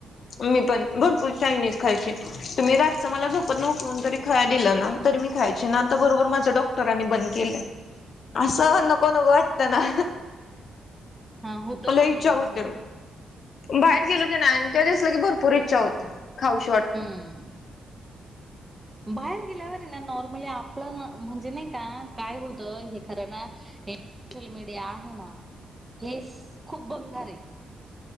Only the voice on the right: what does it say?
हा होतं
ना
मग
असं.
हम. बाहेर गेल्यावर ना नॉर्मली आपलं म्हणजे नाही का काय होतं हे खरं ना सोशल मीडिया आहे ना हे खूप बंगार आहे.